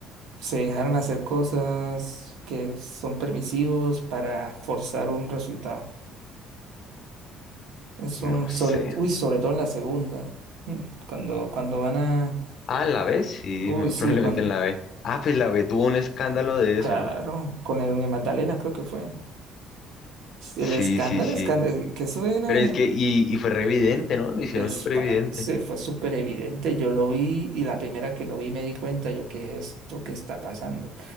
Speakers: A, on the right (about 70°); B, on the left (about 50°).
A: se dejaron hacer cosas que son permisivos para forzar un resultado. Es un
B: No
A: sobre,
B: sé.
A: uy, sobre todo en la segunda. Mm, Cuando, cuando van a.
B: Ah, ¿en la B? Sí,
A: Uy,
B: muy
A: sí,
B: <laughs> probablemente
A: cuando,
B: en la B. Ah, pues la B tuvo un escándalo de
A: claro,
B: eso, ¿no?
A: con el Magdalena creo que fue. El
B: Sí,
A: escándalo,
B: sí, sí.
A: escándalo, que eso era.
B: Pero es que, y, y fue re evidente, ¿no? Lo hicieron
A: Es,
B: súper
A: parce,
B: evidente.
A: fue súper evidente. Yo lo vi y la primera que lo vi me di cuenta yo, ¿qué es esto que está pasando?